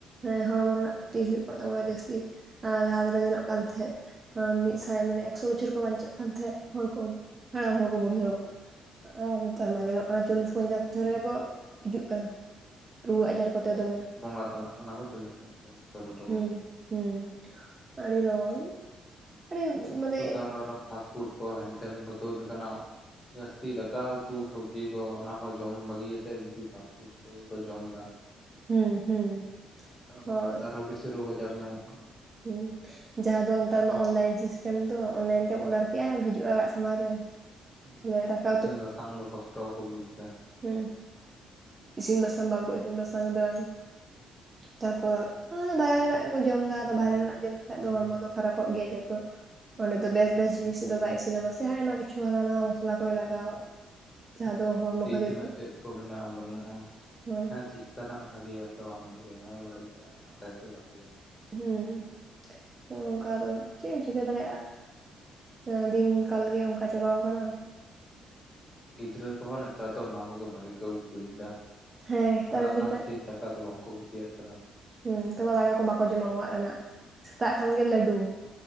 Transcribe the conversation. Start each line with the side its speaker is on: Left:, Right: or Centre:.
Right: ᱦᱮᱸ ᱦᱚᱲ ᱠᱚᱨᱮᱱᱟᱜ ᱠᱷᱩᱛᱤ ᱦᱩᱭᱩᱜ ᱠᱟᱱ ᱛᱟᱵᱚᱱᱟ ᱡᱟᱹᱥᱛᱤ, ᱟᱨ ᱞᱟᱦᱟ ᱛᱮᱫᱚ ᱧᱮᱞᱚᱜᱼᱼ ᱠᱟᱱ ᱛᱟᱦᱮᱸᱫ, ᱢᱤᱫ ᱥᱟᱭ ᱢᱟᱱᱮ ᱮᱠᱥᱚ ᱵᱚᱪᱷᱚᱨ ᱠᱚ ᱵᱟᱧᱪᱟᱜ ᱠᱟᱱ ᱛᱟᱦᱮᱸᱜ ᱦᱚᱲ ᱠᱚ। ᱦᱟᱲᱟᱢ ᱦᱚᱲ ᱠᱚ ᱵᱩᱲᱦᱤ ᱦᱚᱲ
Left: ᱦᱳᱭ
Right: ᱠᱚ।
Left: ᱦᱳᱭ
Right: ᱟᱨ ᱱᱮᱛᱟᱨ ᱢᱟ ᱧᱮᱞᱚᱜ ᱠᱟᱱᱟ ᱪᱚᱞᱞᱤᱥ, ᱯᱚᱧᱪᱟᱥ ᱵᱚᱪᱷᱚᱨ ᱨᱮᱜᱮ ᱠᱚ ᱦᱤᱡᱩᱜ ᱠᱟᱱᱟ᱾ ᱨᱩᱣᱟᱹᱜ
Left: ᱦᱩᱸ
Right: ᱟᱡᱟᱨ ᱠᱚᱛᱮ ᱫᱚᱢᱮᱼᱼ
Left: ᱵᱚᱸᱜᱟ ᱛᱟᱞᱟᱜ ᱠᱟᱱᱟ ᱠᱚ ᱪᱚᱞᱞᱤᱥ-ᱯᱚᱧᱪᱟᱥ ᱵᱚᱪᱷᱚᱨ ᱨᱮᱜᱮ᱾
Right: ᱦᱩᱸ ᱦᱩᱸ, ᱟᱲᱤ ᱞᱚᱜᱚᱱ। ᱟᱹᱰᱤ
Left: ᱦᱮᱸ
Right: ᱢᱟᱱᱮ
Left: ᱱᱤᱛᱚᱜ ᱫᱚ ᱯᱷᱟᱥᱴᱯᱷᱩᱰ ᱠᱚ, ᱦᱮᱱ ᱛᱮᱱ ᱠᱚ ᱛᱩᱫ ᱟᱠᱟᱱᱟ। ᱡᱟᱹᱥᱛᱤ ᱫᱟᱠᱟ ᱩᱛᱩ ᱥᱚᱵᱡᱤ ᱠᱚ ᱚᱱᱟ ᱠᱚ ᱡᱚᱢ ᱵᱟᱹᱜᱤᱭᱟᱛᱮ ᱵᱤᱥᱤ ᱥᱟᱥᱛᱚᱼᱼ <unintelligible> ᱠᱚ ᱡᱚᱢ ᱫᱟ᱾
Right: ᱦᱩᱸ ᱦᱩᱸ
Left: ᱛᱚ, ᱚᱱᱟ
Right: ᱦᱳᱭ
Left: ᱠᱚᱛᱮ ᱟᱨᱚ ᱵᱤᱥᱤ ᱨᱳᱜᱽ ᱟᱡᱟᱨ ᱧᱟᱢᱚᱜ ᱠᱟᱱᱟ ᱾
Right: ᱦᱩᱸ, ᱡᱟᱦᱟᱸ ᱫᱚ ᱱᱮᱛᱟᱨ ᱢᱟ ᱚᱱᱞᱟᱭᱤᱱ ᱥᱤᱥᱴᱮᱢ ᱫᱚ᱾ ᱚᱱᱞᱟᱭᱤᱱ ᱛᱮᱢ ᱚᱰᱟᱨ ᱠᱮᱜ-ᱟ ᱦᱤᱡᱩᱜ-ᱟ ᱚᱲᱟᱜ ᱥᱟᱢᱟᱝ ᱨᱮ,
Left: ᱦᱮᱸ,
Right: ᱛᱟᱦᱞᱮ ᱫᱟᱠᱟ
Left: ᱤᱥᱤᱱ ᱵᱟᱥᱟᱝ ᱫᱚ ᱠᱚᱥᱴᱚ ᱜᱮᱠᱚ ᱵᱩᱡᱽ ᱫᱟ᱾
Right: ᱦᱩᱸ, ᱤᱥᱤᱱ ᱵᱟᱥᱟᱝ ᱵᱟᱝᱠᱚ ᱤᱥᱤᱱ ᱵᱟᱥᱟᱝ ᱮᱫᱟ᱾ ᱛᱟᱯᱚᱨ ᱚᱱᱟ ᱫᱚ ᱵᱟᱭᱨᱮ ᱨᱮᱱᱟᱜ ᱜᱮᱠᱚ ᱡᱚᱢ ᱫᱟ। ᱟᱫᱚ ᱵᱟᱭᱨᱮ ᱨᱮᱱᱟᱜ ᱡᱚᱢ ᱞᱮᱠᱷᱟᱡ ᱫᱚ ᱦᱚᱲᱢᱚ ᱫᱚ ᱼᱼ ᱠᱷᱟᱨᱟᱯᱚᱜ ᱜᱮᱭᱟ ᱡᱚᱛᱚ, ᱚᱸᱰᱮ ᱫᱚ ᱵᱮᱥ ᱵᱮᱥ ᱡᱤᱱᱤᱥ ᱫᱚ ᱵᱟᱭ ᱤᱥᱤᱱᱟᱢᱟ ᱥᱮ? ᱟᱭᱢᱟ ᱠᱤᱪᱷᱩ ᱦᱟᱱᱟ ᱱᱟ ᱢᱚᱥᱞᱟ ᱠᱚᱭ ᱞᱟᱜᱟᱣᱟ। ᱡᱟᱦᱟᱸ
Left: ᱦᱩᱸ
Right: ᱫᱚ
Left: ᱦᱩᱸ,
Right: ᱦᱚᱲᱢᱚ
Left: ᱛᱤ
Right: ᱠᱷᱟᱹᱛᱤᱨ
Left: ᱛᱤᱱᱟᱹᱜ ᱪᱮᱫ ᱠᱚ ᱢᱮᱱᱟᱜ-ᱟ ᱵᱟᱹᱱᱩᱜ-ᱟ?
Right: ᱦᱚᱸ
Left: ᱦᱮᱸ ᱪᱮᱫᱼᱼ ᱠᱟᱱᱟᱜ ᱵᱷᱟᱜᱮᱭᱟ ᱥᱮ ᱵᱟᱝ ᱵᱷᱟᱜᱮᱭᱟ? ᱵᱟᱹᱲᱤᱡᱟᱜ ᱮᱢᱟ ᱫᱟᱭ ᱥᱮ ᱵᱷᱟᱜᱤᱭᱟᱜ?
Right: ᱦᱩᱸ, ᱦᱚᱸᱜ-ᱚ ᱱᱚᱝᱠᱟ ᱟᱫᱚ ᱪᱮᱫ ᱮᱢ ᱪᱤᱠᱟᱹ ᱫᱟᱲᱮᱭᱟᱜ-ᱟ? ᱮ
Left: ᱦᱳᱭ
Right: ᱫᱤᱱ ᱠᱟᱞ ᱜᱮ ᱚᱱᱠᱟ ᱪᱟᱵᱟᱣ ᱠᱟᱱᱟ।
Left: ᱜᱤᱫᱽᱨᱟᱹ ᱠᱚᱦᱚᱸ ᱱᱮᱛᱟᱨ ᱫᱚ ᱚᱱᱟ ᱠᱚᱜᱮ ᱵᱷᱟᱜᱤ ᱠᱚ ᱵᱩᱡᱽ ᱫᱟ,
Right: ᱦᱮᱸ ᱱᱮᱛᱟᱨ
Left: ᱚᱲᱟᱜ
Right: ᱨᱮᱱ
Left: ᱨᱮᱱᱟᱜ
Right: ᱜᱤᱫᱽᱨᱟᱹ
Left: ᱤᱥᱤᱱ ᱫᱟ ᱼᱼ ᱠᱟ ᱫᱚ ᱵᱟᱝᱠᱚ ᱠᱩᱥᱤᱭᱟᱜ ᱠᱟᱱᱟ।
Right: ᱦᱮᱸ ᱛᱚᱵᱮ ᱫᱟᱠᱟ ᱠᱚ ᱵᱟᱠᱚ ᱡᱚᱢᱟ ᱚᱲᱟᱜ ᱨᱮᱱᱟᱜ, ᱥᱮᱛᱟᱜ ᱠᱷᱟᱱ
Left: ᱦᱮᱸ
Right: ᱜᱮ ᱞᱟᱹᱰᱩ।